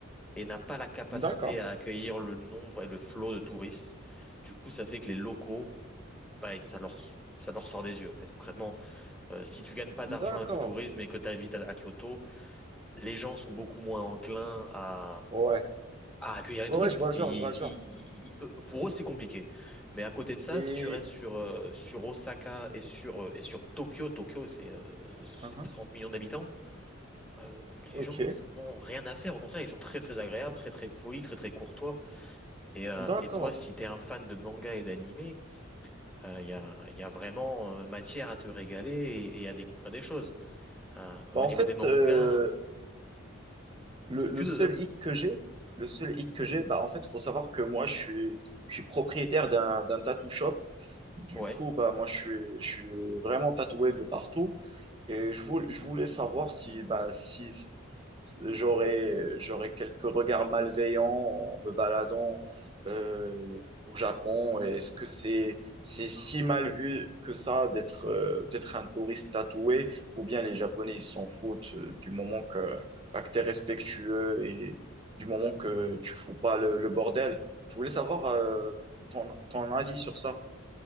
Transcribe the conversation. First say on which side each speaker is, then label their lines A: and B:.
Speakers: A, in the centre; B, on the right (about 25°).
A: et n'a pas la capacité
B: d'accord,
A: à accueillir le nombre et le flot de touristes. Du coup, ça fait que les locaux, bah, ça leur, ça leur sort des yeux, en fait, concrètement. Euh, si tu gagnes pas d'argent
B: d'accord.
A: avec le tourisme et que tu habites à, à Kyoto, les gens sont beaucoup moins enclins à
B: Ouais,
A: à accueillir les
B: ouais,
A: touristes
B: ouais, je
A: parce
B: vois le
A: que
B: genre,
A: ils-
B: je vois le
A: ils-
B: genre.
A: ils- eux- pour eux c'est compliqué. Mais à côté de ça,
B: Et...
A: si tu restes sur, euh, sur Osaka et sur, euh, et sur Tokyo, Tokyo c'est euh,
B: Mhm.
A: c'est 30 millions d'habitants, euh,
B: Ok,
A: les gens ils en ont rien à faire. Au contraire, ils sont très très agréables, très très polis, très très courtois. Et, euh,
B: d'accord.
A: et toi, si t'es un fan de manga et d'animé, euh, il y a, y a vraiment euh, matière à te régaler et, et à découvrir des choses. Euh, au
B: Bah, en
A: niveau
B: fait,
A: des mangas,
B: euh, Le,
A: ce que
B: le
A: tu
B: seul
A: veux, hein.
B: hic que j'ai, le seul hic que j'ai, bah en fait, faut savoir que moi, je suis, je suis propriétaire d'un, d'un tattoo shop. Du
A: Ouais.
B: coup, bah moi, je suis, je suis vraiment tatoué de partout. Et je voulais, je voulais savoir si, bah, si si j'aurais, j'aurais quelques regards malveillants en me baladant euh, au Japon. Et Est-ce que c'est, c'est si mal vu que ça d'être euh, d'être un touriste tatoué? Ou bien les Japonais, ils s'en foutent euh, du moment que acteur respectueux et du moment que tu fous pas le, le bordel. Je voulais savoir euh, ton, ton avis sur ça.